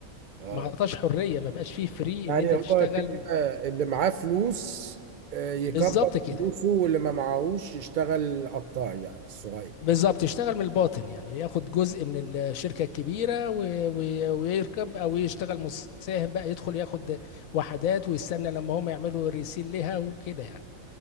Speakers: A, on the right; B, on the left.
A: اه
B: ما عطاش حريه ما بقاش فيه فري ان
A: يعني
B: انت
A: هو
B: تشتغل
A: كده اللي معاه فلوس آه، يكبر
B: بالظبط كده
A: فلوسه واللي ما معاهوش يشتغل قطاعي بقى بالصغير
B: بالظبط يشتغل من الباطن يعني ياخد جزء من الشركة الكبيرة و... و... ويركب أو يشتغل مساهم بقى يدخل ياخد وحدات ويستنى لما هم يعملوا ريسيل لها وكده يعني